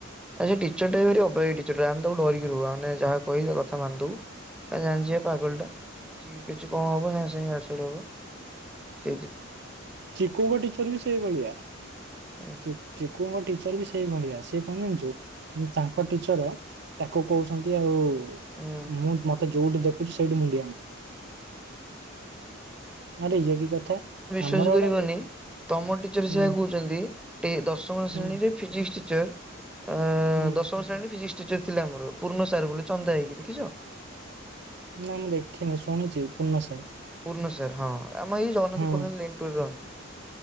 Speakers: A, in the centre; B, on the right (about 55°).
A: ଆସେ ଟିଚର ଟା ଭରି ବ ଅବାଗିଆ ଟିଚରଟା ଆମେ ତାକୁ ଡିରିକି ରୁହ ଆମେ ଯାହା କହିଲେ କଥା ମାନିଦଉ ଆ ଜାଣିଛି ପା ପାଗଲ ଟା କିଛି କିଛି କଣ ହବ ସାଙ୍ଗେ ସାଙ୍ଗେ ଇଆଡ଼େ ସିଆଡେ ହବ ସେ
B: ଚିକୁଙ୍କ ଟିଚର ବି ସେଇ ଭଳିଆ
A: ଉଁ
B: ଚି -ଚିକୁଙ୍କ ଟିଚର ବି ସେ ସେଇ ଭଳିଆ ସେ କଣ ଜାଣିଛୁ ତାଙ୍କ ଟିଚର ତାକୁ କହୁଛନ୍ତି ଆଉ
A: ହୁଁ
B: ମ-ମତେ ଯୋଉଠି ଦେଖୁଛି ସେଇଠି ମୁଣ୍ଡିଆ ମାରେ। ଆରେ ଇଏକି କଥା? ଆମର
A: ବିଶ୍ୱାସ କରିବନି
B: ଗୋଟେ
A: ତମ ଟିଚର
B: ହୁଁ
A: ସେଇଆ କହୁଛନ୍ତି ଏ ଦଶମ
B: ହୁଁ
A: ଶ୍ରେଣୀରେ ଫିଜିକ୍ସ ଟିଚର ଅ
B: ହୁଁ
A: ଦଶମ ଶ୍ରଣୀ ଫିଜିକ୍ସ ଟିଚର ଥିଲା ଆମର ପୂର୍ଣ୍ଣ ସାର ବୋଲି ଚନ୍ଦା ହେଇକି ଦେଖିଛ?
B: ନା ମୁଁ ଦେଖିନି ଶୁଣିଛି ପୂର୍ଣ୍ଣ ସାର୍
A: ପୂର୍ଣ୍ଣ ସାର ହଁ ଆମ ଏଇ ଜଗନ୍ନାଥ
B: ହୁଁ
A: କଲୋନୀ ଲେନ ଟୁରେ ରହନ୍ତି।